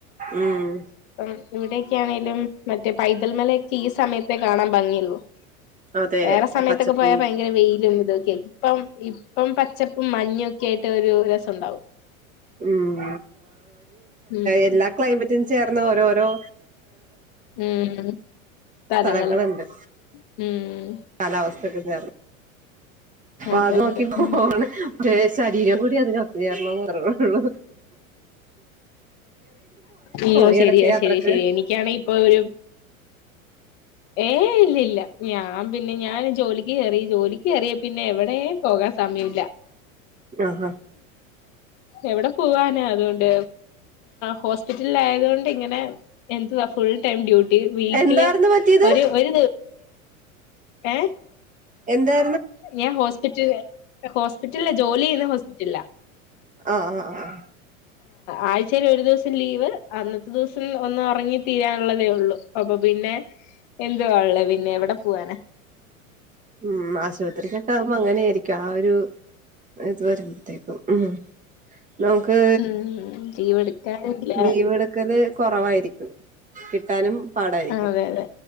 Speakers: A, on the right; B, on the left.
A: ഉം
B: അപ്പം ഇവിടെൊക്കെയ ആണെേലും മറ്റേ പൈതൽ മലൊക്കെ ഈ സമയത്തെ കാണാൻ ഭംഗിയള്ളൂ
A: അതെ
B: വേറെ സമയത്തൊക്കെ
A: പച്ചപ്പ്
B: പോയാ ഭയങ്കര വെയിലും ഇതൊക്കെയ ആി ഇപ്പം ഇപ്പം പച്ചപ്പും മഞ്ഞും ഒക്കെ ആയിട്ട് ഒരു രസുണ്ടാവും
A: ഉം
B: ഉം
A: എല്ലാ ക്ലൈമറ്റും ചേർന്ന് ഓരോരോ
B: ഉം സ്ഥലങ്ങള്
A: സ്ഥലങ്ങളുണ്ട്
B: ഉം
A: കാലാവസ്ഥക്കെ ചേർന്ന്
B: അതെ
A: ാത് നോക്കി
B: അതെ
A: പോണ
B: ഉം
A: േ ശരീരം കൂടി അത് കത്ത്ുചേരണംന്ന് പറുള്ളൂ
B: അയ്യോ
A: ഈ
B: ശരിയ
A: എടക്ക് യാത്രക്ക്
B: ശരി ശെരി എനിക്കാാണ് ഇപ്പൊ ഒരു ഏ ഇല്ലല്ല ഞാൻ പിന്നെ ഞാൻ ജോലിക്ക് കേയറി ജോലിക്ക് കയറിയാ പിന്നെ എവിടെ പോകാ സമയല്ല
A: ആഹാ
B: എവിടെ പോവാനാ അതുകൊണ്ട് ഹോസ്പിറ്റലിൽയതൊണ്ട് ഇങ്ങനെ എവാ ഫുൾ ടൈം ഡ്യട്ടി വീക്കില്
A: എന്തായിരുന്നു പറ്റിയത്
B: ഒരു വര ഏ
A: എന്താ
B: ഞാൻ ഹോസ്പിറ്റൽ ഹോസ്പിറ്റലില്ല ജോലി ചെയ്യുന്ന ഹോസ്പിറ്റലില്ല
A: ആഹ ആഹ ആഹ
B: ആഴ്ചൽ ഒരു ദിവസം ലീവ് അന്നത്തെ ദിവസം ഒന്ന് ഇറങ്ങി തീരാനുള്ളതേ ഉള്ളൂ അപ്പൊ പിന്നെ എന്തുവാ ഉള്ള പിന്നെ എവിടെ പോവാനാ
A: ഉം ആശുപത്രിക്ക്ക്ക അ അങ്ങനൊയിരിക്കും ആ ഒരു ഇത് വരുമ്പോത്തേക്കും ഉ നമുക്ക്
B: ഉം ലീവ് എടുക്കാനില്ല
A: ലീവ് എടുക്കല് കുറവായിരിക്കും കിട്ടാനും പാടായിരിക്കും
B: അതെ അതെ